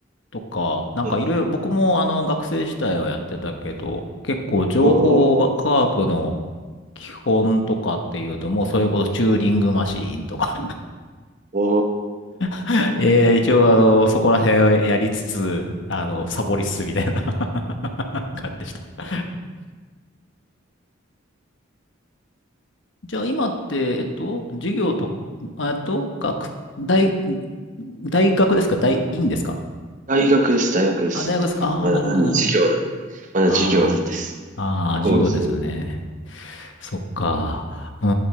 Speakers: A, on the left (about 65°); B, on the right (about 40°).
A: とか、なんかいろいろ、
B: うん
A: 僕もあの学生時代はやってたけど、結構情報が、
B: おー。
A: 科学の基本とかっていうと、もうそれこそチューリングマシーンとか
B: お
A: <laughs> えー、
B: ー。
A: 一応あの、そこら辺をやりつつ、あの、サボりつつみたいな <laughs> 感じでした。じゃあ今って、えっと、授業と、えっと、学、大、大学ですか大、院ですか
B: 大学です、大学です。
A: あ、大学ですかああー、
B: まだ、
A: なるほど、
B: なんで授業だ。
A: なるほど。
B: まだ授業です。
A: ああ、
B: 講義を。
A: ああ、授業ですよね。そっか。うん。